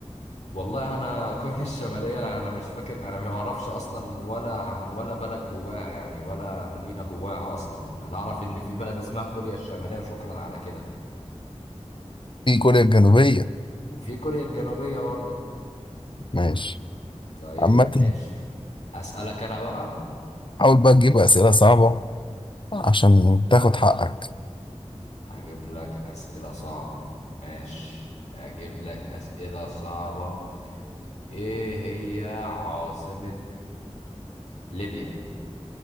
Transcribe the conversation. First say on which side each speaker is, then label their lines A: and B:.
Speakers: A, on the left; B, on the left.
A: والله أنا كوريا الشمالية أنا مش فاكر أنا ما أعرفش أصلا ولا عن ولا بلد جواها يعني ولا مدينة جواها أصلا أنا أعرف إن في بلد اسمها كوريا الشمالية وشكرا على كده
B: في كوريا الجنوبية
A: وفي كوريا الجنوبية برضه
B: ماشي
A: طيب
B: عامة
A: ماشي أسألك أنا بقى
B: حاول بقى تجيب أسئلة صعبة عشان تاخد حقك
A: هجيب لك أسئلة صعبة ماشي هجيب لك أسئلة صعبة إيه هي عاصمة ليبيا